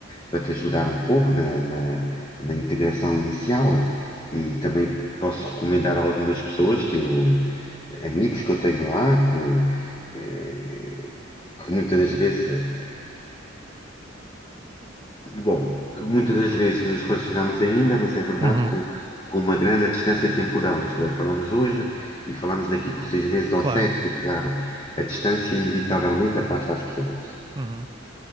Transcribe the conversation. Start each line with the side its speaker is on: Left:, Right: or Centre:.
Left: para te ajudar um pouco na, na, na integração inicial e também posso recomendar algumas pessoas que eu, amigos que eu tenho lá, que, eh, que muitas das vezes, eh, bom, muitas das vezes nos relacionamos ainda, mas é verdade
Right: Uhum,
Left: com, com uma grande distância temporal, isto é, falamos hoje e falamos daqui por seis meses ou
Right: claro.
Left: sete, porque claro, a distância inevitavelmente afasta as pessoas.
Right: Uhum,